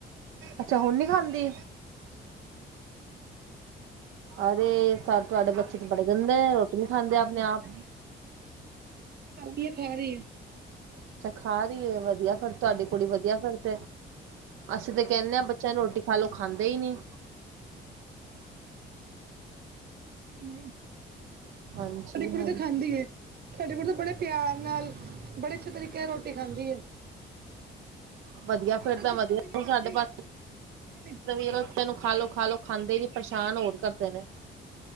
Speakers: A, on the right; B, on the right.
A: ਅੱਛਾ ਹੁਨ ਨੀ ਖਾਂਦੀ। ਅਰੇ ਸਬ ਤੁਆਡੇ ਬੱਚੇ ਤੇ ਬੜੇ ਗੰਦੇ ਐ ਰੋਟੀ ਨੀ ਖਾਂਦੇ ਆਪਨੇ ਆਪ।
B: ਨਈਂ ਖੈ-ਖੈ ਰਈ ਐ।
A: ਅੱਛਾ ਖਾ ਰਈ ਏ ਵਦੀਆ ਫਿਰ ਤੁਆਡੀ ਕੁੜੀ ਵਦੀਆ ਫਿਰ ਤੇ ਅਸੀਂ ਤੇ ਕੈਂਨੇ ਆਂ ਬੱ ਬੱਚਿਆਂ ਨੂੰ ਰੋਟੀ ਖਾ ਲੋ, ਖਾਂਦੇ ਈ ਨੀ।
B: ਨਈ,
A: ਹਾਂਜੀ
B: ਸਾਡੀ ਕੁੜੀ
A: ਹਾਂਜੀ।
B: ਤਾਂ ਖਾਂਦੀ ਐ। ਸਾਡੇ ਕੋਲ ਤਾਂ ਬੜੇ ਪਿਆਰ ਨਾਲ, ਬੜੇ ਅੱਛੇ ਤਰੀਕੇ ਨਾਲ ਰੋਟੀ ਖਾਂਦੀ ਐ।
A: ਵਦੀਆ ਫੇਰ ਤਾਂ
B: ਜਿੱਦਾਂ
A: ਵਦੀਆ
B: ਵੀ ਨਹੀਂ ਕਰਦੀ
A: ਸਾਢੇ ਪੰਜ
B: ਨਹੀਂ
A: <unintelligible> ਤੈਨੂੰ ਖਾਲੋ-ਖਾਲੋ ਖਾਂਦੇ ਨੀ ਪਰੇਸ਼ਾਨ ਹੋਰ ਕਰਦੇ ਨੇ।